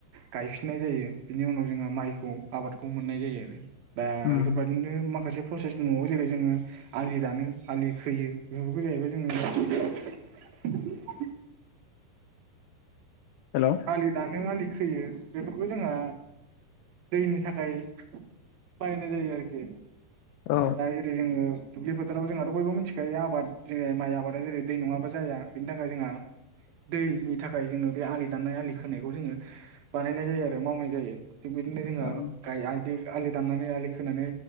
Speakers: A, on the right; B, on the left.
A: गायफिननाय जायो बिनि उनाव जोंहा माइखौ आबादखौ मोननाय जायो आरो। दा
B: उम
A: बेफोरबायदिनो माखासे प्रसेस न'आव जेरै जोङो आलि दानो आलि खोयो बेफोरखौ जाहैबाय जोङो <inaudible>
B: हेलौ
A: आलि दानो आलि खोयो बेफोरखौ जोंहा दैनि थाखाय बानायनाय जायो आरोखि
B: औ
A: दा जेरै जोङो दुब्लि फोथाराव जोंहाथ' बयबो मिथिखायो आबाद जों माइ आबादा जेरै दै नङाबा जाया। बेनि थाखाय जोंहा दैनि थाखाय जोङो बे आलि दाननाय आलि खोनायखौ जोङो बानायनाय जायो आरो मावनाय जायो थिग बिदिनो जोंहा
B: औ
A: गाय आय दै आलि दाननानै आलि खोनानै